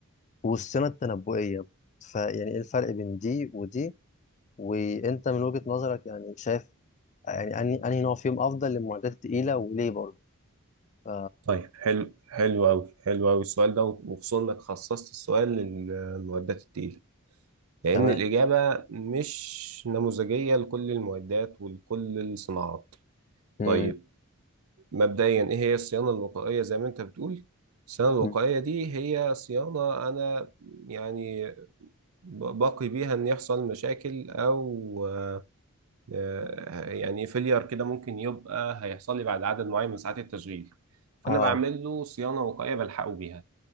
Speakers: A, on the left; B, on the right.
A: والصيانه التنبؤيه فيعني ايه الفرق بين دي ودي وانت من وجهه نظرك يعني شايف يعني انهي انهي نوع فيهم افضل للمعدات التقيله وليه برضه ف-
B: طيب حلو حلو قوي حلو قوي السؤال ده وخصوصا انك خصصت السؤال للمعدات التقيله لان
A: تمام
B: الاجابه مش نموذجيه لكل المعدات ولكل الصناعات
A: مم.
B: طيب مبدئيا ايه هي الصيانه الوقائيه زي ما انت بتقول الصيانه الوقائيه
A: مم.
B: دي هي صيانه انا يعني ب- باقي بيها ان يحصل مشاكل او آه، يعني فيلير كده ممكن يبقى هيحصل لي بعد عدد معين من ساعات التشغيل فانا
A: اه
B: بعمل له صيانه وقايه بلحقه بيها